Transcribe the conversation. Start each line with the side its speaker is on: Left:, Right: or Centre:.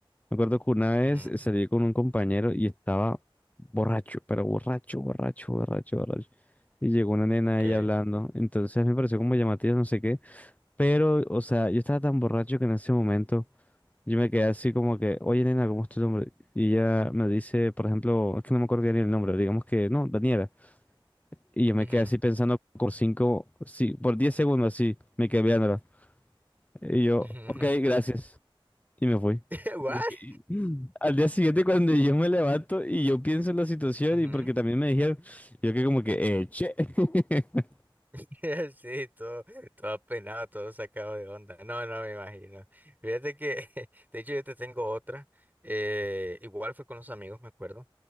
Left: Me acuerdo que una vez
Right: Ujú,
Left: eh, salí con un compañero y estaba borracho, pero borracho, borracho, borracho, borracho. Y llegó una nena
Right: Ok.
Left: ahí hablando. Entonces me pareció como llamativo, no sé qué. Pero, o sea, yo estaba tan borracho que en ese momento yo me quedé así como que, oye, nena, ¿cómo es tu nombre? Y ella me dice, por ejemplo, es que no me acuerdo bien el nombre, digamos que no, Daniela. Y yo me
Right: Ujú,
Left: quedé así pensando por cinco, sí, por diez segundos así, me quedé viéndola. Y yo,
Right: ujú,
Left: ok,
Right: ujú.
Left: gracias. Y me fui.
Right: <laughs> What?
Left: Y- y- Al día siguiente cuando yo me levanto y yo pienso en la situación
Right: Ujú.
Left: y porque también me dijeron, yo que como que, eh, che. <laughs>
Right: <laughs> Sí, todo, todo apenado, todo sacado de onda. No, no me imagino. Fíjate que, <laughs> de hecho, yo te tengo otra. eh, igual fue con los amigos, me acuerdo.